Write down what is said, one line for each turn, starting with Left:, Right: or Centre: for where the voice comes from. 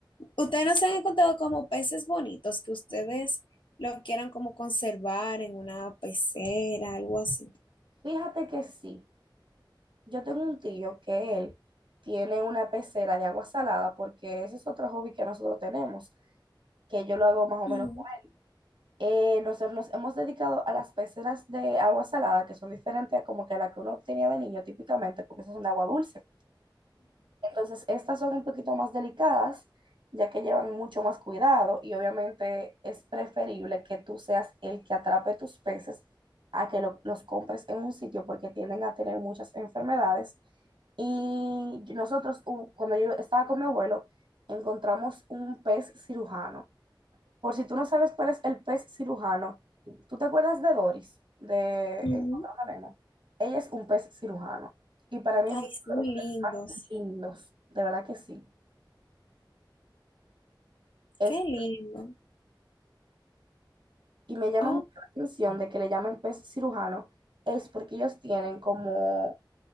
Left: ustedes no se han encontrado como peces bonitos que ustedes lo quieran como conservar en una pecera, algo así.
Right: fíjate que sí, yo tengo un tío que él tiene una pecera de agua salada, porque ese es otro hobby que nosotros tenemos, que yo lo hago más o
Left: Ujú,
Right: menos. Eh, nosotros nos hemos dedicado a las peceras de agua salada, que son diferentes a como que a la que uno tenía de niño típicamente, porque esas son de agua dulce. Entonces, estas son un poquito más delicadas, ya que llevan mucho más cuidado y obviamente es preferible que tú seas el que atrape tus peces a que lo- los compres en un sitio porque tienden a tener muchas enfermedades. Y nosotros, u- cuando yo estaba con mi abuelo, encontramos un pez cirujano. Por si tú no sabes cuál es el pez cirujano, ¿tú te acuerdas de Doris, de
Left: ujú,
Right: Encontrando
Left: ujú.
Right: a Nemo? Ella es un pez cirujano. Y para mí es
Left: Ay,
Right: uno
Left: son
Right: de los
Left: lindos.
Right: peces más lindos, de verdad que sí. Es,
Left: Qué lindo.
Right: y me llama
Left: Oh,
Right: mucho la atención de que le llamen pez cirujano, es porque ellos tienen como